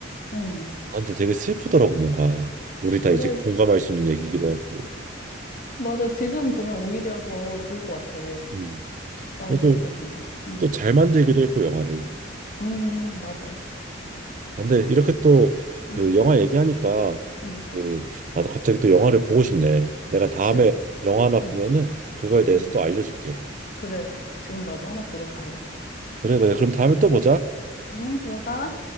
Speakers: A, on the left; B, on the right.
A: 어.
B: 아, 근데 되게 슬프더라고 뭔가 우리 다
A: 그래,
B: 이제 공감할 수 있는 얘기기도 하고
A: 맞아. 지금 보면 오히려 더 좋을 것 같아.
B: 음
A: 나이
B: 그래도
A: 들고 보면. 응,
B: 또 잘 만들기도 했고 영화를
A: 응, 응, 맞아.
B: 아, 근데 이렇게 또
A: 응,
B: 그 영화 얘기하니까
A: 응,
B: 그 나도 갑자기 또 영화를 보고 싶네 내가
A: 그치.
B: 다음에 영화 하나
A: 응,
B: 보면은 그거에 대해서
A: 응.
B: 또 알려줄게
A: 그래. 지금 나도 하나 보러 가야겠다.
B: 그래 그래 그럼 다음에 또 보자
A: 응, 들어가.